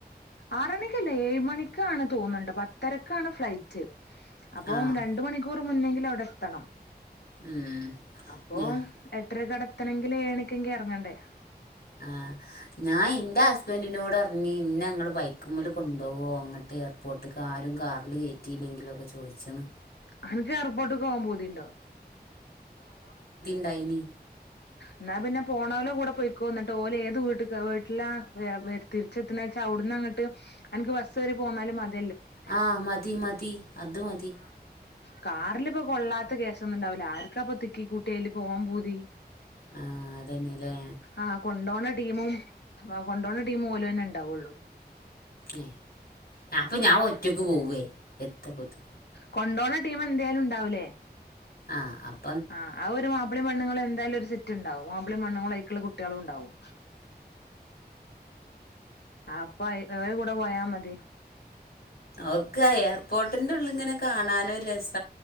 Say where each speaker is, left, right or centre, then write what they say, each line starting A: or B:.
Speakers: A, on the left; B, on the left.
A: ആറണിക്കല്ല ഏഴ് മണിക്കാണ് തോന്നണ്ട് പത്തരക്കാണ് ഫ്ലൈറ്റ് അപ്പം
B: ആഹ്
A: രണ്ട് മണിക്കൂർ മുന്നെങ്കിലും അവിടെ എത്തണം
B: ഉം
A: അപ്പൊ
B: ഞാ
A: എട്ടരക്ക് അവിടെത്തണെങ്കിൽ ഏഴണിക്കെങ്കി ഇറങ്ങണ്ടേ
B: ആ ഞാൻ ഇന്റെ ഹസ്ബന്റിനോട്‌ പറഞ്
A: <unintelligible>
B: ഞങ്ങള് ബൈക്ക് മ്മെ കൊണ്ടുപോകോ അങ്ങട്ട് എയർപോർട്ടക്ക് ആരും കാറിൽ കയറ്റിയില്ലെങ്കിലും ഒക്കെ ചോദിച്ചണ്
A: എനക്ക് എയർപോർട്ട് പോവാൻ പൂതിണ്ടോ
B: ദൈനി
A: എന്നാ പിന്നെ പോണോലോ കൂടെ പൊയിക്കോ എന്നന്നിട്ട് ഓലെ ത് വീട്ട വീട്ടില തിരിച്ചെത്ത അവിടങ്ങട്ട് അനിക്ക് ബസ് കേറി പോന്നാലും മതി
B: ആഹ് മതി മതി അത് മതി
A: കാറിലിപ്പൊ കൊള്ളാത്ത കേസ് ഒന്നും ഉണ്ടാവില്ല ആർക്കാ ഇപ്പൊ തിക്കി കൂട്ടി അയില് പോവാൻ പൂതി
B: ആഹ് അതന്നെല്ലേ
A: ആഹ് കൊണ്ടോണ ടീമും കൊണ്ടോണ ടീമും ഓല് തന്നെ ഇണ്ടാവുള്ളൂ
B: ഏ അപ്പൊ ഞാൻ ഒറ്റക്ക് പോവേ എത്തപ്പത്
A: കൊണ്ടണ ടീമ് എന്തായാലും ഉണ്ടാവുലേ
B: ആഹ അ
A: ആഹ് ആ ഒരു മാപ്പിളി പെണ്ണങ്ങൾ എന്തായാലും ഒരു സെറ്റ് ഉണ്ടാവും മാപ്പള പെൺങ്ങളും ആയിക്കുള്ള കുട്ടികളും ഉണ്ടാവും അപ്പൊ ഏ കൂടെ പോയാ മതി
B: ഓക്കെ എയർപോർട്ടിന്റെ ഉള്ളിങ്ങനെ കാണാന് ഒര് രസം